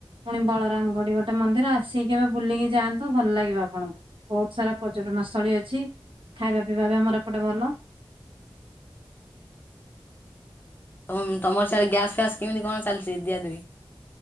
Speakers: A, on the right; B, on the left.
A: ପୁଣି ବଳରାମ ବୋଲି ଗୋଟେ ମନ୍ଦିର ଆସିକି କେବେ ବୁଲିକି ଯାଆନ୍ତୁ ଭଲ ଲାଗିବ ଆପଣଙ୍କୁ। ବହୁତ ସାରା ପର୍ଯ୍ୟଟନସ୍ଥଳୀ ଅଛି ଖାଇବା ପିଇବା ବି ଆମର ଏପଟେ ଭଲ।
B: ତମ ତମର ସିଆଡେ ଗ୍ୟାସ୍ ଫ୍ୟାସ୍ କେମିତି କଣ ଚାଲିଛି ଦିଆ ଦୁଇ?